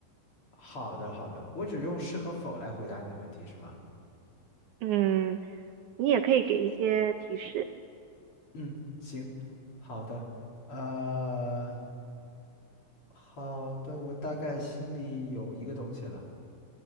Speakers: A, on the left; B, on the right.
A: 好的，好的，我只用是和否来回答你的问题是吗？
B: 嗯，你也可以给一些提示。
A: 嗯，行，好的，呃，好的，我大概心里有一个东西了，